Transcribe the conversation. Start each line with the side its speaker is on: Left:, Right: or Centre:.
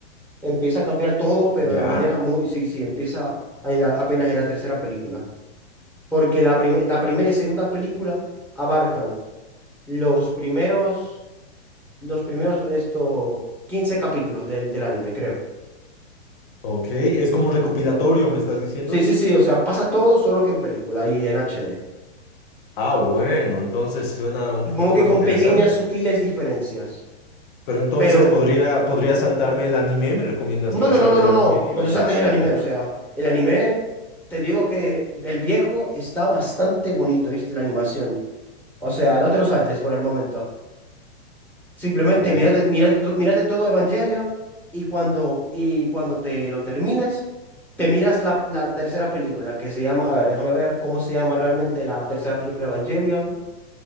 Centre: empieza a cambiar todo, pero
Left: Ya.
Centre: de manera muy, sí, sí, empieza a- en la- apenas en la tercera película. Porque la, prime- la primera y segunda película abarcan los primeros, los primeros, esto, 15 capítulos del, del anime, creo.
Left: Ok, es como un recopilatorio, ¿me estás diciendo?
Centre: Sí, sí, sí, o sea, pasa todo solo que en película y en HD.
Left: Ah, bueno, entonces suena un
Centre: Supongo
Left: poquito más
Centre: que con
Left: interesante.
Centre: pequeñas sutiles diferencias.
Left: Pero entonces
Centre: Pero,
Left: podría, podría saltarme el anime, ¿me recomiendas
Centre: no,
Left: que
Centre: no,
Left: me
Centre: no,
Left: salte
Centre: no, no,
Left: el anime
Centre: no,
Left: y
Centre: no
Left: vaya
Centre: te saltes
Left: a la
Centre: el anime,
Left: película?
Centre: o sea, el anime, te digo que el viejo está bastante bonito, ¿viste? La animación. O sea, no te lo saltes por el momento. Simplemente
Left: Ok,
Centre: mírate, mírate, to- mírate todo Evangelion y cuando, y cuando te lo termines, te miras la, la tercera película que se llama, a ver, déjame ver cómo se llama realmente la tercera película de Evangelion.